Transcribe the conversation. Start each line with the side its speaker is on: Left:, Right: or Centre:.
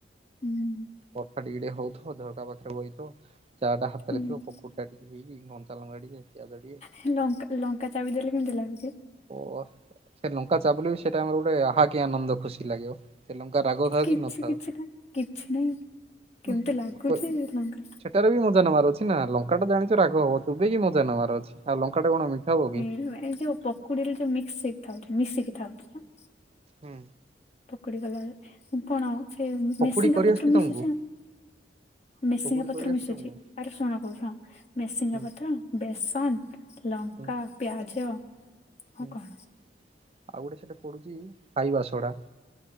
Left: ହୁଁ
Right: ବର୍ଷା ଟିକେ ଟିକେ ହଉଥବ ଝରକା ପାଖେରେ ବଇଥବ ଚା ଟା ହାତେରେ
Left: ହୁଁ
Right: ଥିବ ପକୁଡିଟା ଟିକେ ହେଇକି କଞ୍ଚାଲଙ୍କା ଟିକେ ପିଆଜ ଟିକେ
Left: ହେ ଲଙ୍କା ଲଙ୍କା ଚାବି ଦେଲେ କେମିତି ଲାଗୁଛି?
Right: ଓ ସେ ଲଙ୍କାଚପ୍ ବୋଲି ସେଟା ଆମର ଗୋଟେ ଆହା କିି ଆନନ୍ଦ ଖୁସି ଲାଗିବ। ସେ ଲଙ୍କା ରାଗ ଥାଉ
Left: କିଛି
Right: କି ନଥାଉ
Left: କିଛି ନାହିଁ କିଛି ନାହିଁ। କେମିତି
Right: ଓହୋ
Left: ଲାଗୁଛି ଲଙ୍କା
Right: <unintelligible> ହେରା ବି ମଜା ନବାର ଅଛି ନା ଲଙ୍କାଟା ଜାଣିଛ ରାଗ ହବ ଚୁବେଇକି ମଜା ନବାର ଅଛି ଆଉ ଲଙ୍କାଟା କଣ ମିଠା ହବ କି।
Left: ହଁ ଏ ଯୋଉ ପକୁଡିରେ ଯୋଉ ମିକ୍ସ ହେଇକି ଥାଉଛି ମିଶିକି ଥାଉଛି ହାଁ।
Right: ହୁଁ।
Left: ପକୁଡି କଲାବେଳେ ଉଁ କଣ ସେ
Right: ପକୁଡି
Left: ମେସିଙ୍ଗା
Right: କରିଆସିଛି
Left: ପତ୍ର
Right: ତମକୁ
Left: ମିଶୁଛି ନା। ମେସିଙ୍ଗା
Right: ପକୁଡି
Left: ପତ୍ର
Right: କରିଆସିଛି
Left: ମିଶୁଛି
Right: ତମକୁ
Left: ଆରେ ଶୁଣ କହୁଛି ହଁ ମେସିଙ୍ଗା
Right: ହୁଁ
Left: ପତ୍ର ବେସନ ଲଙ୍କା
Right: ହୁଁ
Left: ପିଆଜ ଆଉ
Right: ହୁଁ ଆଉ
Left: କଣ
Right: ଗୋଟେ ସେଟା ପଡୁଚି ଖାଇବା ସୋଡା।